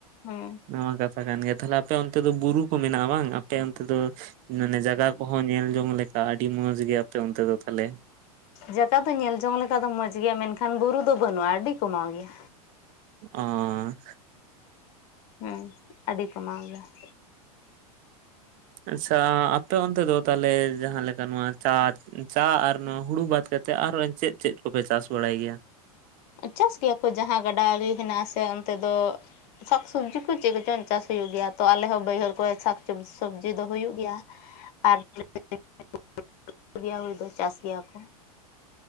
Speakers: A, on the left (about 50°); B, on the right (about 45°).
A: ᱦᱩᱸ
B: ᱚᱱᱟ ᱢᱟ ᱠᱟᱛᱷᱟ ᱠᱟᱱ ᱜᱮ ᱛᱷᱟᱞᱮ ᱟᱯᱮ ᱚᱱᱛᱮ ᱫᱚ ᱵᱩᱨᱩ ᱠᱚ ᱢᱮᱱᱟᱜᱼᱟ ᱵᱟᱝ ᱟᱯᱮ ᱚᱱᱛᱮ ᱫᱚ ᱢᱟᱱᱮ ᱡᱟᱜᱟ ᱠᱚᱦᱚᱸ ᱧᱮᱞ ᱡᱚᱝ ᱞᱮᱠᱟ ᱟᱹᱰᱤ ᱢᱚᱸᱡᱽ ᱜᱮ ᱟᱯᱮ ᱚᱱᱛᱮ ᱫᱚ ᱛᱟᱦᱞᱮ
A: ᱡᱟᱠᱟ ᱫᱚ ᱧᱮᱞ ᱡᱚᱝ ᱞᱮᱠᱟ ᱫᱚ ᱢᱚᱸᱡᱽ ᱜᱮᱭᱟ ᱢᱮᱱ ᱠᱷᱟᱱ ᱵᱩᱨᱩ ᱫᱚ ᱵᱟᱹᱱᱩᱜᱼᱟ᱾ ᱟᱹᱰᱤ ᱠᱚᱢᱟᱣ ᱜᱮᱭᱟ
B: ᱚᱸᱻ
A: ᱦᱳᱭ ᱟᱹᱰᱤ ᱠᱚᱢᱟᱣ ᱜᱮᱭᱟ ᱾
B: ᱟᱪᱪᱷᱟ ᱟᱯᱮ ᱚᱱᱛᱮ ᱫᱚ ᱛᱟᱦᱞᱮ ᱡᱟᱦᱟᱸ ᱞᱮᱠᱟ ᱱᱚᱣᱟ ᱪᱟ ᱪᱟ ᱟᱨ ᱱᱚᱣᱟ ᱦᱩᱲᱩ ᱵᱟᱫ ᱠᱟᱛᱮᱜ ᱟᱨᱦᱳ ᱪᱮᱫ ᱪᱮᱫ ᱠᱚ ᱯᱮ ᱪᱟᱥ ᱵᱟᱲᱟᱭ ᱜᱮᱭᱟ᱾
A: ᱪᱟᱥ ᱜᱮᱭᱟ ᱠᱚ ᱡᱟᱦᱟᱸ ᱜᱟᱰᱟ ᱟᱲᱮ ᱦᱮᱱᱟᱜᱼᱟᱥᱮ ᱚᱱᱛᱮ ᱫᱚ ᱥᱟᱠ ᱥᱩᱵᱡᱤ ᱠᱚ ᱪᱮᱫ ᱠᱚᱪᱚᱝ ᱪᱟᱥ ᱦᱩᱭᱩᱜ ᱜᱮᱭᱟ ᱛᱚ ᱟᱞᱮ ᱦᱚᱸ ᱵᱟᱹᱭ ᱦᱟᱹᱲ ᱠᱚᱨᱮ ᱥᱟᱠ ᱥᱩᱵᱽᱡᱤ ᱥᱩᱵᱽᱡᱤ ᱫᱚ ᱦᱩᱭᱩᱜ ᱜᱮᱭᱟ ᱟᱨ <inaudible> ᱭᱟ ᱦᱩᱭ ᱫᱚ ᱪᱟᱥ ᱜᱮᱭᱟ ᱠᱚ